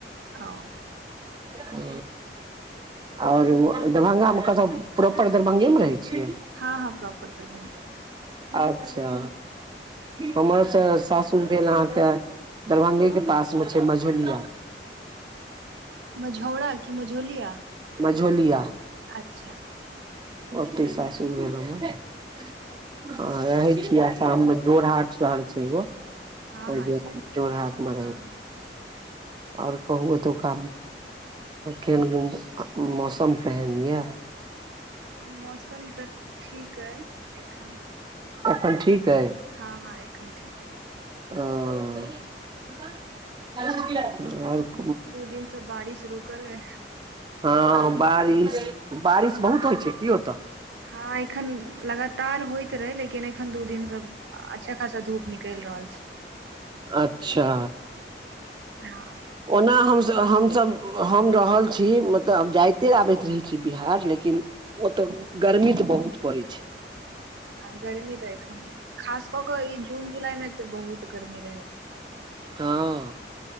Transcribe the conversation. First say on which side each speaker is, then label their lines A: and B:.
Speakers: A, on the right; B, on the right.
A: हॅं
B: ओ आओर दरभंगामे कतय? प्रोपर दरभंगेमे रहै छियै?
A: हँ, हँ प्रोपर दरभंगेमे
B: अच्छा, हमर तॅं सासुर भेल अहाँकेॅं दरभंगेके पासमे छै मझौलिया
A: मझौरा की मझौलिया?
B: मझौलिया,
A: अच्छा
B: ओतहि सासुर भेल हमर हँ, रहै छियै आसाममे जोरहाट शहर छै एगो ओहि
A: हँ हँ छै
B: जोरहाटमे
A: हँ
B: रहै छियै आओर कहु, एतुका केहन मौसम केहन यए?
A: मौसम तॅं ठीक अइ। एखन,
B: एखन ठीक अइ
A: हँ हँ एखन ठीक अइ।
B: ओ <unintelligible>
A: दू दिनसँ बारिश रूकल अइ
B: हँ बारिश बारिश बहुत होइ छै की ओतह
A: हँ एखन लगातार होइत रहै लेकिन एखन दू दिन सब अच्छा खासा धूप निकलि रहल छैय
B: अच्छा
A: ह
B: ओना हमसभ हमसभ हम रहल छी मतलब आब जाइते आबैत रहै छी बिहार लेकिन ओतऽ गर्मी तऽ बहुत पड़ै छै
A: आ गर्मी तऽ एखन खास कऽ कऽ ई जून जुलाईमे तऽ बहुत गर्मी रहैत छै
B: हँ